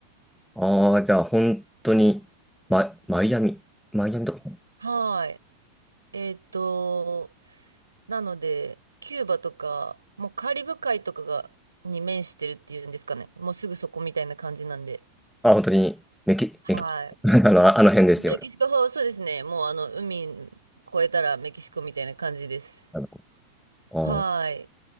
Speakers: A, in the centre; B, on the right.
A: ああ、じゃあ本当に、ママイアミ。マイアミとか。
B: はい。えっと、なので、キューバとか、もうカリブ海とかが、に面してるっていうんですかね。もうすぐそこみたいな感じなんで。
A: あ、本当にメキ、
B: はい。
A: メキ、<laughs> あの、あの辺ですよ。
B: メキシコ、そうですね。もうあの、海越えたらメキシコみたいな感じです。
A: あの、うん
B: はい。